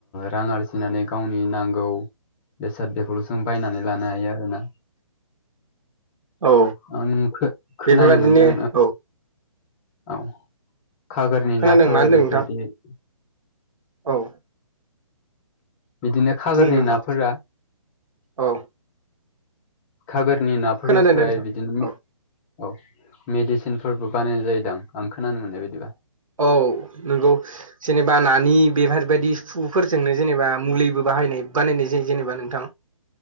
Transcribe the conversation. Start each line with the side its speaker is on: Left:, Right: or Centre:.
Left: रां आरजिनानै गावनि नांगौ बेसाद बेफोरखौ जों बायनानै लानो हायो आरोना
Right: औ
Left: आं खो खोनानो
Right: बेफोरबायदिनो
Left: मोनदों
Right: औ
Left: औ खागोरनि
Right: खोनादों
Left: नाफोर
Right: मा होनदों
Left: बेफोरबादिनो
Right: नोंथां औ
Left: बिदिनो खागोरनि
Right: बुं नोंथां
Left: नाफोरा
Right: औ
Left: खागोरनि नाफोरनिफ्राय
Right: खोनादों दे नोंथां
Left: बिदिनो
Right: औ
Left: औ मेडिसिन फोरबो बानायनाय जायोदां आं खोनानो मोननाय बायदिबा
Right: औ नंगौ जेनेबा नानि बेफोरबायदि सुफोरजोंनो जेनेबा मुलिबो बाहायनाय बानायनाय जायो जेनेबा नोंथां